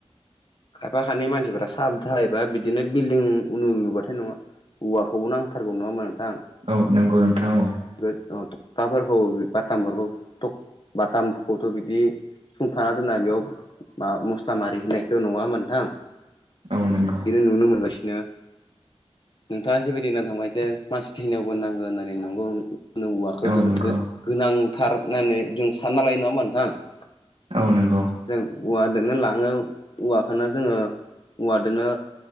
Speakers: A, on the left (about 45°); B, on the right (about 65°).
A: खायफा खानै मानसिफोरा साब धालाय बिदिनो बिल्डिं उनु लुबाथाय नवा औवाखौ नांथारगौ नङा होमबा नोंथां?
B: औ नंगौ नोंथां औ।
A: थखथा फोरखौ बाथामफोरखौ बाथामखौथ' बिदि सुंथाना दोनना बेयावा मस्ला मारि होनायखौ नुवा होमबा नोंथां?
B: औ नंगौ
A: बिदिनो नुनो मोनगासिनो नोंथाङा जेबायदि होननानै थांबाय जे मानसि थैनायावबो नांगौ होननानै नंगौ मा होनो औवाखौ
B: औ
A: जोबोद
B: नंगौ
A: गोनांथार होननानै जों सानना लायो नङा होमबा नोंथां?
B: औ नंगौ
A: जों औवादोनो लाङो औवाखोनो जोङो औवादोनो